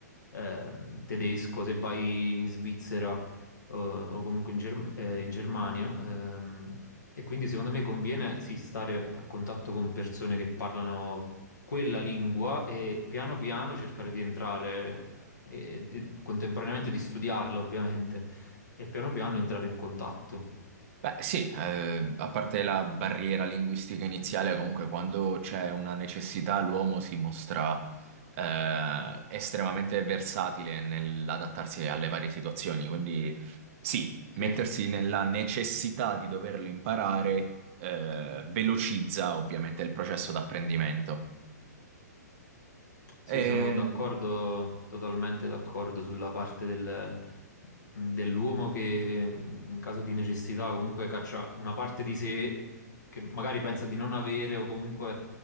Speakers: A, on the left; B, on the right.
A: ehm, tedesco, se vai in Svizzera eh, o comunque in, Germ- eh, in Germania. ehm, e quindi secondo me conviene sì, stare a contatto con persone che parlano quella lingua e piano piano cercare di entrare eh, e e contemporaneamente di studiarla, ovviamente e piano piano entrare in contatto.
B: Beh, sì, eh, a parte la barriera linguistica iniziale, comunque quando c'è una necessità l'uomo si mostra eh, estremamente versatile nell'adattarsi alle varie situazioni, quindi sì,
A: Sì,
B: mettersi nella necessità di doverlo imparare eh, velocizza ovviamente il processo d'apprendimento.
A: sì,
B: E...
A: sono d'accordo, totalmente d'accordo sulla parte del- dell'uomo che in caso di necessità comunque caccia una parte di sé che magari pensa di non avere o comunque